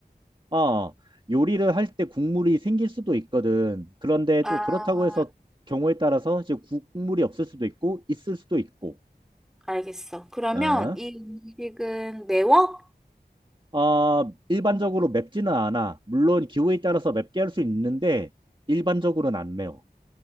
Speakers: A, on the right (about 30°); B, in the centre.
A: 어, 요리를 할 때 국물이 생길 수도 있거든. 그런데
B: 아
A: 또 그렇다고 해서 경우에 따라서 이제 국물이 없을 수도 있고 있을 수도 있고.
B: 알겠어. 그러면
A: 어,
B: 이 음식은 매워?
A: 어, 일반적으로 맵지는 않아. 물론 기호에 따라서 맵게 할 수 있는데 일반적으로는 안 매워.